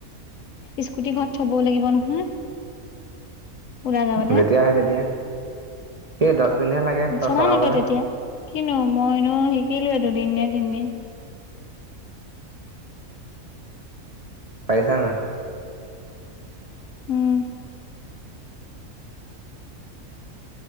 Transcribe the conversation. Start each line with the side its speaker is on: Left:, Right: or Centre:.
Left: স্কুটি ঘৰত থবওঁ লাগিব নহয় ওলাই যাবলে
Right: যেতিয়া আহে তেতিয়া স দহ মিনিটহে লাগে চ
Left: চলাম
Right: চলাবলে
Left: আকৌ তেতিয়া কিনো মইনো শিকিলো দুনিন নে তিনদিন।
Right: পাইছা নে।
Left: উম।